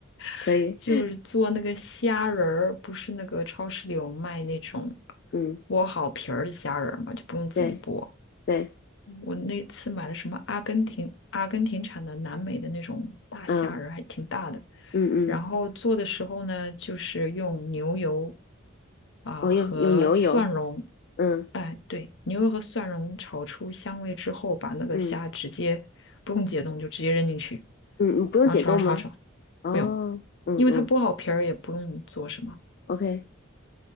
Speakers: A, on the left; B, on the left.
A: 可以，
B: <laughs> 就是做那个虾仁儿，不是那个超市里有卖那种
A: 嗯，
B: 剥好皮儿的虾仁儿嘛，就不用自己剥，
A: 对对，
B: 我那次买的什么阿根廷阿根廷产的南美的那种大虾仁儿，
A: 嗯
B: 还挺大的。
A: 嗯嗯，
B: 然后做的时候呢，就是用牛油啊、
A: 哦，用用牛油，
B: 和蒜蓉，
A: 嗯
B: 哎，对，牛油和蒜蓉炒出香味之后，把那个虾直接不用解冻就直接扔进去，
A: 嗯嗯，嗯不用解冻吗？
B: 然后炒炒炒炒，
A: 哦，
B: 不用，
A: 嗯嗯
B: 因为它剥好皮儿也不用做什么。
A: ，OK，